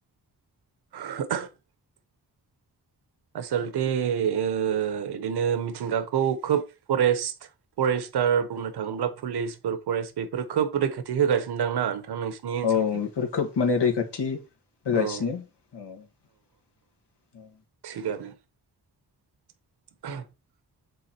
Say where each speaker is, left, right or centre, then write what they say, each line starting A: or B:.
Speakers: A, on the right; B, on the left.
A: <inaudible> आसलथे ओ इदिनो मिथिंगाखौ खोब फरेस्ट फरेस्टार बुंनो थाङोब्ला पुलिसफोर फरेस्ट बेफोर खोब रैखाथि होगासिनो दांना नोंसिनि ओनसोलखै
B: औ बेफोर खोब माने रैखाथि होगासिनो
A: औ
B: औ औ।
A: गारो <inaudible>